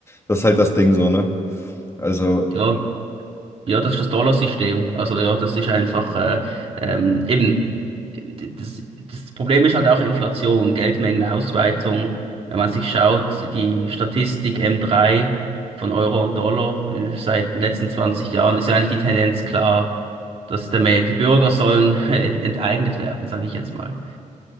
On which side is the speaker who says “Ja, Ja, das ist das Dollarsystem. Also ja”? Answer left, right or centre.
Right